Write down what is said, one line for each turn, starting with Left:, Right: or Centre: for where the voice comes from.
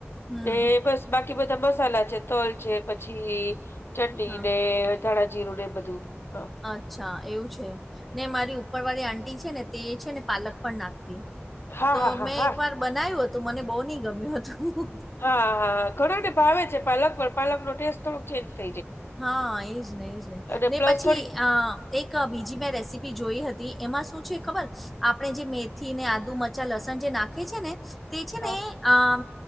Centre: હમ
Left: ને બસ બાકી બધા મસાલા છે તલ છે પછી ચટણી
Centre: હા
Left: ને ધાણાજીરું ને બધું હ
Centre: અચ્છા એ એવું છે ને મારી ઉપર વાળી આંટી છે ને તે છે ને પાલક પણ નાખતી
Left: હા
Centre: તો
Left: હા હા
Centre: મેં
Left: હા
Centre: એક વાર બનાવ્યું હતું મને બહુ નહિ ગમ્યું હતું
Left: હા હા ઘણા ને ભાવે છે પાલક પણ પાલક નો ટેસ્ટ થોડુંક ચેન્જ થાય
Centre: હા એજ ને એજ ને
Left: અને
Centre: ને
Left: પ્લસ
Centre: પછી
Left: થોડીક
Centre: આ એક બીજી મેં રેસીપી જોઈ હતી એમાં શું છે ખબર આપણે જે મેથી ને આદુ મ રચાં લસણ જે નાખે છે ને તે
Left: હા
Centre: આ